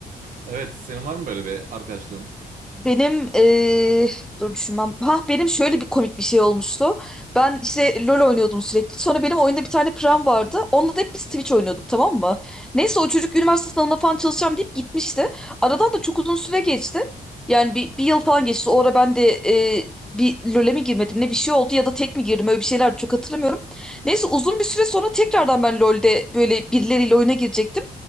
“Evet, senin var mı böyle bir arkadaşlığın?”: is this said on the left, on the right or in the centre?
Right